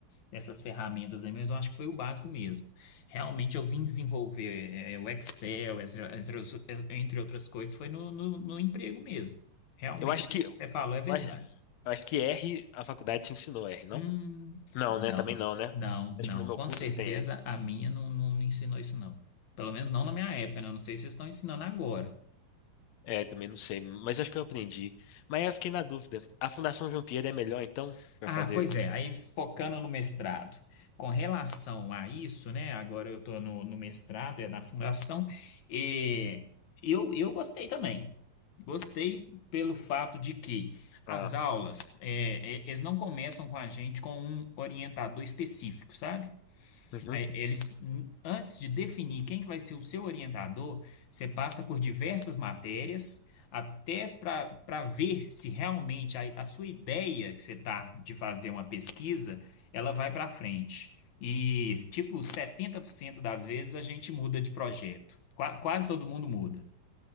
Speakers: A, on the left; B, on the left.
A: dessas ferramentas aí, mas eu acho que foi o básico mesmo. Realmente eu vim desenvolver é, o Excel, entre, entre os- entre outras coisas, foi no, no no emprego mesmo. Realmente
B: eu acho que,
A: isso
B: eu
A: que você falou é verdade.
B: acho, eu acho que R, a faculdade te ensinou R, não?
A: Hum,
B: Não,
A: não,
B: né? Também não, né?
A: não, não.
B: Acho que no meu
A: Com
B: curso
A: certeza
B: que tem R.
A: a minha não, não, não ensinou isso, não. Pelo menos não na minha época, né? Eu não sei se vocês estão ensinando agora.
B: É, também não sei, mas acho que eu aprendi. Mas aí eu fiquei na dúvida. A Fundação João Pierre é melhor, então? Pra
A: Ah,
B: fazer.
A: pois é, aí focando no mestrado. Com relação a isso, né? Agora eu estou no, no mestrado, é na fundação, e eu, eu gostei também. Gostei pelo fato de que as
B: Ah,
A: aulas, é, é, eles não começam com a gente com um orientador específico, sabe?
B: uhum.
A: Aí, Eles, n- antes de definir quem que vai ser o seu orientador, você passa por diversas matérias até para para ver se realmente a, a sua ideia que você está de fazer uma pesquisa, ela vai para frente. E, tipo, 70% das vezes a gente muda de projeto. Qua- quase todo mundo muda.